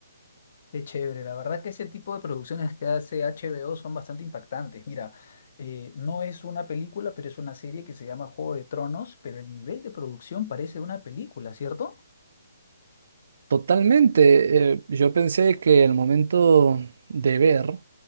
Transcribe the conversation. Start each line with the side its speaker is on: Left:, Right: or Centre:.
Left: Qué chévere, la verdad que ese tipo de producciones que hace HBO son bastante impactantes. Mira, eh, no es una película, pero es una serie que se llama Juego de Tronos, pero el nivel de producción parece una película, ¿cierto?
Right: Totalmente. eh, yo pensé que el momento de ver